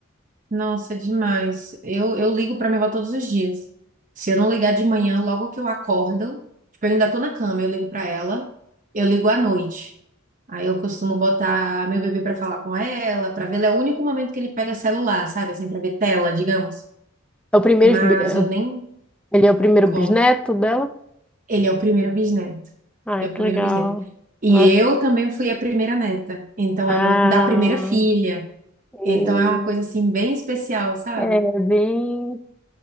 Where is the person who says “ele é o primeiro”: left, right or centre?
Centre